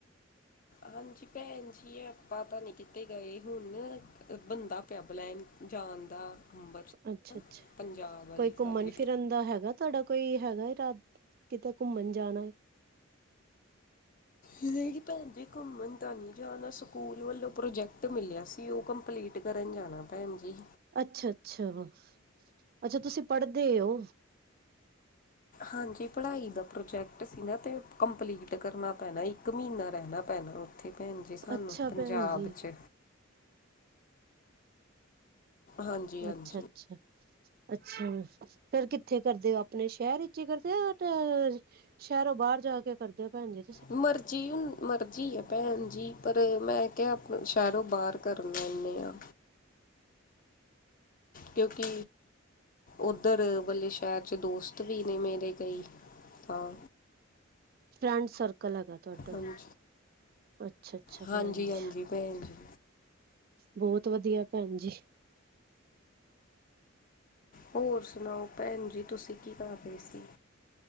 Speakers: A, on the left; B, on the right.
A: ਹਾਂਜੀ ਭੈਣ ਜੀ, ਆਪਾਂ ਤਾਂ ਨਹੀਂ ਕੀਤੇ ਗਏ ਹੁਣ, ਬੰਦਾ। ਕੈਬ ਲੈਨ ਜਾਣ ਦਾ ਅੰਬਰ
B: ਅੱਛਾ- ਅੱਛਾ
A: ਪੰਜਾਬ ਵਾਲੀ
B: ਕੋਈ ਘੁੰਮਣ
A: ਸਾਈਡ
B: ਫਿਰਨ ਦਾ ਹੈਗਾ ਤੁਹਾਡਾ ਕੋਈ ਹੈਗਾ, ਰਾਤ ਕਿਤੇ ਘੁੰਮਣ ਜਾਣਾ
A: ਨਹੀਂ ਭੈਣੰਜੀ ਘੁੰਮਣ ਤਾਂ ਨਹੀਂ ਜਾਣਾ ਸਕੂਲ ਵੱਲੋਂ ਪ੍ਰੋਜੈਕਟ ਮਿਲਿਆ ਸੀ ਉਹ ਕੰਪਲੀਟ। ਕਰਨ ਜਾਣਾ ਭੈਣੰਜੀ
B: ਅੱਛਾ! ਅੱਛਾ! ਵ ਅੱਛਾ ਤੁਸੀਂ ਪੜ੍ਹਦੇ ਹੋ।
A: ਹਾਂਜੀ ਪੜ੍ਹਾਈ ਦਾ ਪ੍ਰੋਜੈਕਟ ਸੀ ਨਾ ਤੇ ਕੰਪਲੀਟ ਕਰਨਾ ਪੈਣਾ ਇੱਕ ਮਹੀਨਾ ਰਹਿਣਾ ਪੈਣਾ ਉ ਕਿੱਥੇ ਭੈਣੰਜੀ ਸਾਨੂੰ
B: ਅੱਛਾ
A: ਪੰਜਾਬ
B: ਭੈਣ ਜੀ
A: ਚ ਹਾਂਜੀ ਹਾਂਜੀ
B: ਅੱਛਾ! ਅੱਛਾ! ਅੱਛਾ ਫਿਰ ਕਿੱਥੇ ਕਰਦੇ ਹੋ ਆਪਣੇ ਸ਼ਹਿਰ ਵਿੱਚ ਹੀ ਕਰਦੇ ਆ। ਤੇ ਸ਼ਹਿਰੋਂ ਬਾਹਰ ਜਾ ਕੇ ਕਰਦੇ ਆ ਭੈਣੰਜੀ
A: ਮਰਜ਼ੀ ਹੁਣ ਮਰਜ਼ੀ ਹੈ ਭੈਣੰਜੀ ਪਰ ਮੈਂ ਕਿਹਾ ਸ਼ਹਿਰੋਂ ਬਾਹਰ ਕਰ ਲੈਂਦੇ ਹਾਂ। ਕਿਉਂਕਿ ਉੱਧਰ ਵਲੇ ਸ਼ਹਿਰ ਚ ਦੋਸਤ ਵੀ ਨੇ ਮੇਰੇ ਕਈ ਹਾਂ।
B: ਫਰੈਂਡ ਸਰਕਲ ਹੈਗਾ ਤੁਹਾਡਾ।
A: ਹਾਂਜੀ
B: ਅੱਛਾ-ਅੱਛਾ
A: ਹਾਂਜੀ
B: ਭੈਣ ਜੀ
A: ਹਾਂਜੀ ਭੈਣੰਜੀ
B: ਬਹੁਤ ਵੱਧੀਆ ਭੈਣੰਜੀ
A: ਹੋਰ ਸੁਣਾਓ ਭੈਣੰਜੀ ਤੁਸੀਂ ਕੀ ਕਰਦੇ ਸੀ।